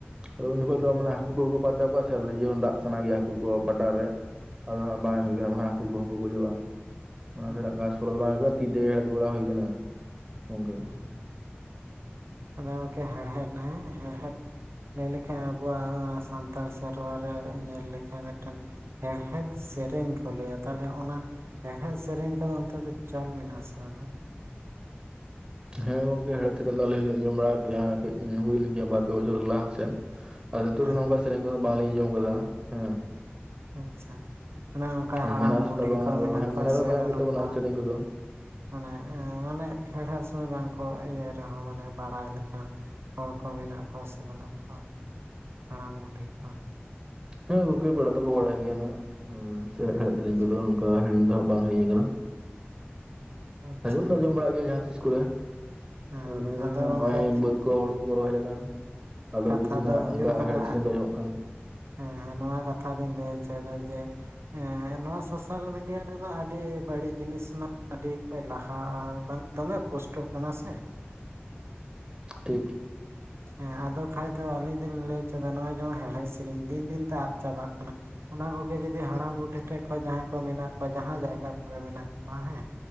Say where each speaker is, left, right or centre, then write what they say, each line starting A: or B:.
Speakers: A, on the right; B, on the right.
A: ᱟᱫᱚ ᱩᱱ
B: ᱦᱩᱸ
A: ᱡᱚᱠᱷᱚᱡ ᱫᱚ ᱢᱟᱱᱮ ᱦᱟᱹᱠᱩ ᱠᱚᱠᱚ ᱯᱟᱨᱪᱟᱣ ᱠᱚᱜᱼᱟ ᱥᱮ᱾ ᱤᱭᱟᱹ ᱦᱚᱸ ᱫᱟᱜ ᱥᱟᱱᱟᱜᱮᱭᱟ ᱦᱟᱹᱠᱩ ᱠᱚ ᱯᱟᱴᱟ ᱨᱮ, ᱟᱫᱚ ᱦᱟᱸᱜ ᱵᱟᱝ ᱮᱢ ᱦᱩᱭ ᱠᱟᱱᱟ ᱵᱟᱝᱠᱷᱟᱱ ᱦᱟᱹᱠᱩ ᱠᱚᱦᱚᱸᱠᱚ ᱜᱩᱡᱩᱜ-ᱟ, ᱚᱱᱟ
B: ᱦᱩᱸ
A: ᱛᱮᱱᱟᱜ ᱜᱷᱟᱥ ᱢᱚᱨᱟ ᱫᱚ ᱵᱟᱝ ᱮᱢ ᱦᱩᱭ ᱠᱟᱱᱟ, ᱛᱤ ᱛᱮᱜᱮ ᱦᱮᱲᱦᱮᱫ ᱵᱟᱲᱟ ᱦᱩᱭ ᱠᱟᱱᱟ ᱾
B: ᱦᱩᱸ
A: <inaudible>
B: ᱟᱫᱚ ᱜᱚᱝᱠᱮ ᱦᱮᱲᱦᱮᱫ ᱦᱮᱸ ᱦᱮᱲᱦᱮᱫ ᱞᱟᱹᱭ ᱞᱮᱠᱷᱟᱱ ᱟᱵᱚᱣᱟᱜ ᱥᱟᱱᱛᱟᱲ ᱥᱮᱨᱣᱟᱨᱮ ᱧᱮᱞ ᱞᱮᱠᱷᱟᱱ ᱢᱤᱫᱴᱟᱝ ᱦᱮᱲᱦᱮᱫ ᱥᱮᱨᱮᱧ ᱠᱚ ᱞᱟᱹᱭᱟ ᱛᱟᱦᱚᱞᱮ ᱚᱱᱟ ᱦᱮᱲᱦᱮᱫ ᱥᱮᱨᱮᱧ ᱠᱚᱫᱚ ᱚᱱᱛᱮ ᱫᱚ ᱪᱚᱞ ᱢᱮᱱᱟᱜ ᱟᱥᱮ ᱵᱟᱱᱩᱜᱼᱟ
A: ᱦᱮᱸ ᱜᱚᱝᱠᱮ ᱦᱮᱡᱽ ᱛᱚᱨᱟ ᱫᱚ ᱟᱹᱞᱤᱧ ᱞᱤᱧ ᱡᱚᱢ ᱵᱟᱲᱟ ᱜᱮᱭᱟ ᱠᱟᱹᱡ ᱦᱩᱭᱮᱱ ᱜᱮᱭᱟ ᱵᱟᱨ ᱯᱮ ᱵᱚᱪᱷᱚᱨ ᱞᱟᱦᱟ ᱥᱮᱫ ᱟᱫᱚ ᱱᱤᱛᱚᱜ
B: ᱦᱮᱸ
A: ᱫᱚ ᱱᱚᱝᱠᱟ ᱥᱮᱨᱮᱧ ᱠᱚᱸᱦᱚ ᱵᱟᱝ ᱞᱤᱧ ᱟᱸᱡᱚᱢ ᱟᱠᱟᱫᱟ ᱦᱮᱸ
B: ᱟᱪᱪᱷᱟ ᱚᱱᱮ ᱚᱱᱠᱟ
A: ᱦᱮᱸ
B: ᱦᱟᱲᱟᱢᱼᱵᱩᱰᱷᱤ
A: ᱢᱮᱱᱟᱜ ᱟᱥᱮ ᱵᱟᱝ
B: ᱠᱚ
A: ᱟᱫᱚ
B: ᱢᱮᱱᱟᱜ
A: ᱦᱮᱸ
B: ᱠᱚᱣᱟ
A: ᱫᱚ
B: ᱥᱮ
A: ᱢᱮᱱᱟᱜ
B: ᱵᱟᱹᱱᱩᱜ
A: ᱜᱮᱛᱟᱵᱚᱱᱟ
B: ᱠᱚᱣᱟ
A: ᱥᱮᱨᱮᱧ ᱠᱚᱫᱚ
B: ᱢᱟᱱᱮ ᱮᱸ ᱢᱟᱱᱮ ᱦᱮᱲᱦᱮᱫᱽ ᱥᱚᱢᱚᱭ ᱵᱟᱝᱠᱚ ᱤᱭᱟᱹ ᱨᱮᱦᱚᱸ ᱢᱟᱱᱮ ᱵᱟᱲᱟᱭ ᱞᱮᱠᱷᱟᱱ ᱦᱚᱲ ᱠᱚ ᱢᱮᱱᱟᱜ ᱠᱚᱣᱟ ᱥᱮ ᱵᱟᱹᱱᱩᱜ ᱠᱚᱣᱟ ᱦᱟᱲᱟᱢ ᱵᱩᱰᱷᱤ ᱠᱚᱸ
A: ᱦᱮᱸ ᱜᱚᱝᱠᱮ ᱯᱮᱲᱟ ᱫᱚᱠᱚ ᱵᱟᱲᱟᱭ ᱜᱮᱭᱟ ᱱᱟᱜᱽ ᱮᱣ ᱦᱮᱲᱦᱮᱫᱽ
B: ᱦᱩᱸ
A: ᱥᱮᱨᱮᱧ ᱠᱚᱫᱚ ᱚᱱᱠᱟ ᱦᱤᱲᱤᱧ ᱫᱚ ᱦᱟᱸᱜ ᱵᱟᱝ ᱦᱤᱲᱤᱧ ᱟᱠᱟᱱᱟ
B: ᱟᱪᱪᱷᱟ
A: ᱟᱸᱡᱚᱢ
B: ᱟᱪᱪᱷᱟ
A: ᱫᱚ ᱟᱸᱡᱚᱢ ᱵᱟᱲᱟᱜ ᱜᱮᱭᱟ ᱡᱟᱦᱟᱸ ᱛᱤᱥ ᱠᱚᱨᱮ
B: ᱦᱮᱸ
A: ᱟᱸ
B: ᱦᱮᱸ
A: ᱱᱤᱭᱟᱹ ᱨᱮᱱᱟᱜ
B: ᱟᱫᱚ ᱜᱚᱝᱠᱮ
A: ᱱᱚᱜᱼᱚᱭ ᱵᱟᱹᱫᱽ ᱠᱚ ᱦᱩᱲᱩ ᱠᱚ ᱨᱚᱦᱚᱭ ᱞᱮᱠᱷᱟᱱ ᱟᱫᱚ
B: ᱠᱟᱛᱷᱟ
A: ᱡᱩᱫᱤ
B: ᱫᱚ
A: ᱱᱟᱜ
B: ᱦᱩᱭᱩᱜ
A: ᱚᱱᱠᱟ
B: ᱠᱟᱱᱟ
A: ᱦᱮᱲᱮᱫᱽ ᱥᱮᱨᱮᱱ ᱠᱚ ᱟᱸᱡᱚᱢᱚᱜ ᱠᱷᱟᱱ
B: ᱦᱮᱸ ᱦᱮᱸ ᱱᱚᱣᱟ ᱠᱟᱛᱷᱟ ᱞᱤᱧ ᱞᱟᱹᱭ ᱦᱚᱪᱚᱭᱮᱫᱟ ᱡᱮ ᱦᱮᱸ ᱱᱚᱣᱟ ᱥᱳᱥᱟᱞ ᱢᱤᱰᱤᱭᱟ ᱨᱮᱢᱟ ᱟᱹᱰᱤ ᱵᱟᱹᱲᱤᱡ ᱡᱤᱱᱤᱥ ᱢᱟ ᱟᱹᱰᱤ ᱠᱷᱚᱡ ᱞᱟᱦᱟ ᱟᱨ ᱵᱟᱱ ᱫᱚᱢᱮ ᱯᱳᱥᱴᱚ ᱠᱟᱱᱟ ᱥᱮ ᱦᱮᱸ
A: ᱴᱷᱤᱠ
B: ᱦᱮᱸ ᱟᱫᱚ ᱠᱷᱟᱡᱽ ᱫᱚ ᱟᱞᱤᱧ ᱫᱚᱞᱤᱧ ᱞᱟᱹᱭ ᱪᱚᱭᱫᱟ ᱱᱚᱜᱼᱚᱭ ᱡᱮᱚᱱ ᱦᱮᱲᱦᱮᱫ ᱥᱮᱨᱮᱧ ᱫᱤᱱ ᱫᱤᱱ ᱛᱮ ᱟᱫ ᱪᱟᱵᱟᱜ ᱠᱟᱱᱟ ᱚᱱᱟ ᱠᱚᱜᱮ ᱡᱩᱫᱤ ᱦᱟᱲᱟᱢ ᱵᱩᱰᱤ ᱴᱷᱮᱡᱽ ᱠᱷᱚᱡᱽ ᱡᱟᱦᱟᱸᱭ ᱠᱚ ᱢᱮᱱᱟᱜ ᱠᱚᱣᱟ ᱡᱟᱦᱟᱸ ᱡᱟᱭᱜᱟ ᱠᱚᱨᱮ ᱢᱮᱱᱟᱜ ᱠᱚᱣᱟ ᱦᱮᱸ